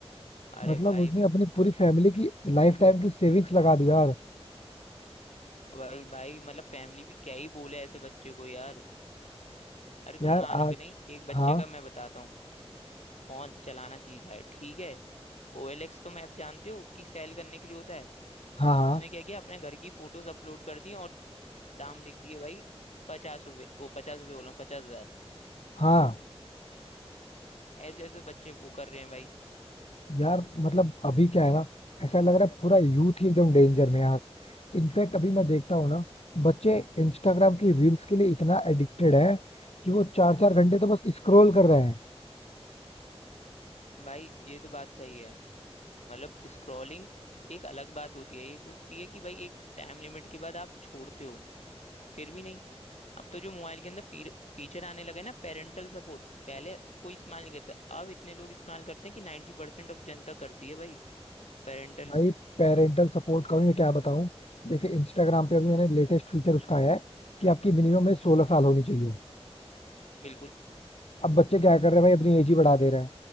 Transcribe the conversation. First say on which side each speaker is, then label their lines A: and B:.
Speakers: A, on the left; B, on the left.
A: अरे
B: मतलब
A: भाई
B: उसने अपनी पूरी फैमिली की लाइफ टाइम की सेविंग्स लगा दी यार
A: भाई भाई मतलब फैमिली भी क्या ही बोले ऐसे बच्चे को यार अरे तुम
B: यार
A: मानोगे
B: आज
A: नहीं एक बच्चे
B: हाँ
A: का मैं बताता हूँ फोन चलाना सीखा है ठीक है ओ एल एक्स तुम ऐप जानते हो कि सेल करने के लिए होता है
B: हाँ हाँ
A: उसने क्या किया अपने घर की फोटोज अपलोड कर दी और दाम लिख दिए भाई पचास रुपये वो पचास रुपये बोला हूँ, पचास हजार
B: हाँ
A: ऐसे ऐसे बच्चे वो कर रहे हैं भाई
B: यार मतलब अभी क्या है ना ऐसा लग रहा है पूरा यूथ ही एकदम डेंजर में है यार इनफैक्ट अभी मैं देखता हूँ ना बच्चे इंस्टाग्राम की रील्स के लिए इतना एडिक्टेड है कि वो चार चार घंटे तो बस स्क्रॉल कर रहे हैं
A: भाई ये तो बात सही है मतलब स्क्रॉलिंग एक अलग बात होती है एक होती है कि भाई एक टाइम लिमिट के बाद आप छोड़ते हो फिर भी नहीं अब तो जो मोबाइल के अंदर फी, फीचर आने लगे ना पेरेंटल सपोर्ट पहले कोई इस्तेमाल नहीं करता अब इतने लोग इस्तेमाल करते हैं कि नाइन्टी परसेंट ऑफ जनता करती है भाई पेरेंटल
B: भाई पेरेंटल सपोर्ट का भी मैं क्या बताऊं जैसे इंस्टाग्राम पे अभी मैंने लेटेस्ट फीचर उसका आया है कि आपकी मिनिमम में सोलह साल होनी चाहिए
A: बिल्कुल
B: अब बच्चे क्या कर रहे हैं भाई अपनी एज ही बढ़ा दे रहे हैं